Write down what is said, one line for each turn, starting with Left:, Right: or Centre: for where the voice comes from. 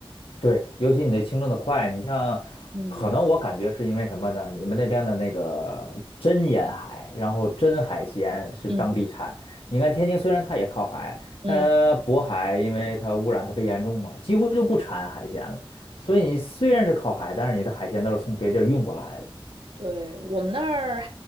Left: 对，尤其你那清蒸的快，你像，
Right: 嗯
Left: 可能我感觉是因为什么呢？你们那边的那个真沿海，然后真海鲜是当地产。
Right: 嗯
Left: 你看天津虽然它也靠海，
Right: 嗯。
Left: 但是它渤海因为它污染特别严重嘛，几乎就不产海鲜了。所以你虽然是靠海，但是你的海鲜都是从别地儿运过来的。
Right: 对，我们那儿，